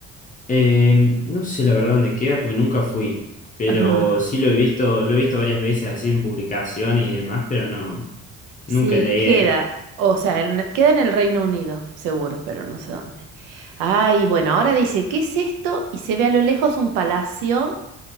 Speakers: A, on the left; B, on the right.
A: Eh, no sé la verdad dónde queda porque nunca fui, pero
B: Ajá.
A: sí lo he visto, lo he visto varias veces así en publicaciones y demás, pero no.
B: Sí,
A: Nunca llegué
B: queda,
A: ahí.
B: o sea, en- queda en el Reino Unido, seguro, pero no sé dónde. Ay, bueno, ahora dice, ¿qué es esto? Y se ve a lo lejos un palacio